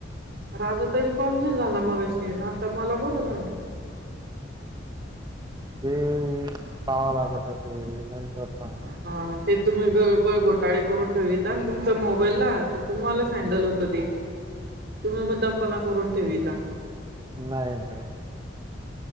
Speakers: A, on the right; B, on the right.
A: राजा तैल कॉल नाही झाला मगशी, येन आता मला बरं झालं रीकाम आहे <inaudible>
B: ते पावा लागत ते नंतर सांगत.
A: हा ते तुम्ही गळबळ घोटाळे करून ठेवता आणि तुमचा मोबाईलला ते तुम्हालाच हँडल होतं ती तुम्ही मुद्दामपणा करून ठेवीता
B: नाही नाही